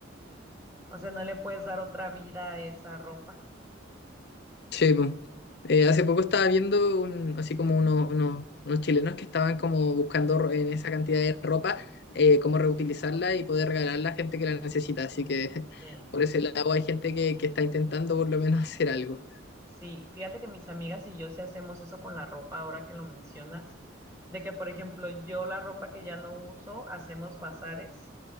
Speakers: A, on the right (about 15°); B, on the left (about 55°).
A: O sea, no le puedes dar otra vida a esa ropa.
B: Sí, po. Eh, hace poco estaba viendo un, así como uno- uno- unos chilenos que estaban como buscando
A: Ujú,
B: ro- en esa cantidad de ropa eh, cómo reutilizarla y poder regalarla a gente que la necesita. Así que <laughs>
A: Sí.
B: por ese lado hay gente que, que está intentando por lo menos <laughs> hacer algo.
A: Sí, fíjate que mis amigas y yo sí hacemos eso con la ropa ahora que lo mencionas, de que por ejemplo yo la ropa que ya no uso hacemos bazares